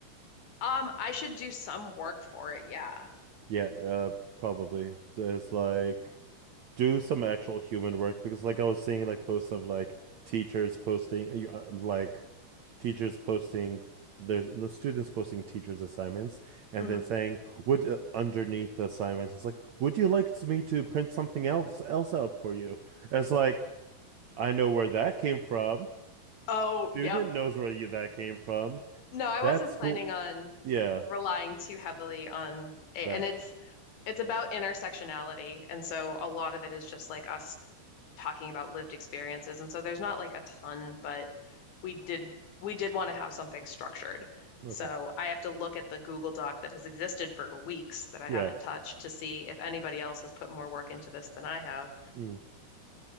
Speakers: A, on the left; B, on the right.
A: Um, I should do some work for it. Yeah.
B: Yeah, uh, probably. So It's like do some actual human work because, like, I was seeing like posts of like teachers posting, uh, like teachers posting there's the students posting teachers' assignments and
A: hmm
B: then saying, "Would uh, underneath the assignments, it's like, would you like me to print something else else out for you?" It's like I know where that came from.
A: Oh,
B: student
A: yep.
B: knows where you, that came from.
A: No, I
B: That's
A: wasn't planning
B: cool.
A: on
B: Yeah,
A: relying too heavily on a,
B: that.
A: and it's it's about intersectionality, and so a lot of it is just like us talking about lived experiences. And so there's not like a ton, but we did we did want to have something structured.
B: Okay.
A: So I have to look at the Google Doc that has existed for weeks that I
B: Yeah.
A: haven't touched to see if anybody else has put more work into this than I have.
B: Mm.